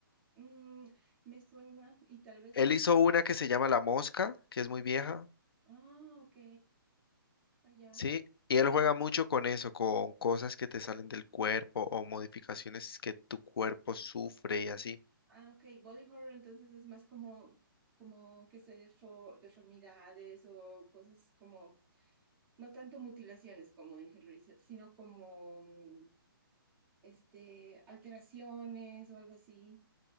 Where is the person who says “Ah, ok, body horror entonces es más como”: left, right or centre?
Centre